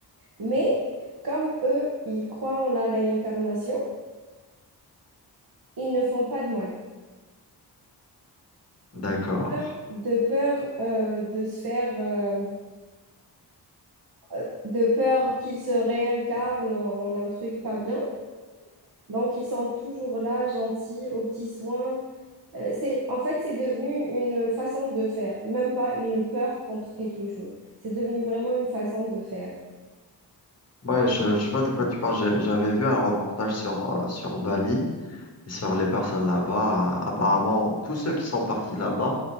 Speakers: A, on the right (about 60°); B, on the left (about 35°).
A: Mais comme eux, ils croient en la réincarnation, ils ne font pas de mal.
B: d'accord.
A: Peur- De peur euh, de se faire... euh, euh, de peur qu'ils se réincarnent en un truc pas bien. Donc, ils sont toujours là, gentils, aux petits soins. Euh, c'est, en fait, c'est devenu une façon de faire, même pas une peur contre quelque chose. C'est devenu vraiment une façon de faire.
B: Ouais, je, je vois de quoi tu parles. J'ai- J'avais vu un reportage sur, euh, sur Bali et sur les personnes là-bas. Euh, Apparemment, tous ceux qui sont partis là-bas